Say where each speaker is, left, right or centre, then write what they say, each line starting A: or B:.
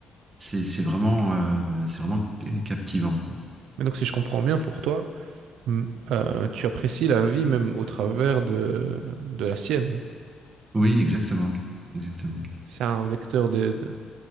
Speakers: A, on the right (about 35°); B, on the right (about 85°).
A: c'est c'est vraiment, euh, c'est vraiment captivant, quoi.
B: Mais donc si je comprends bien pour toi, mm, euh, tu apprécies la vie même au travers de, de la sienne.
A: Oui, exactement. Exactement.
B: C'est un vecteur de, de-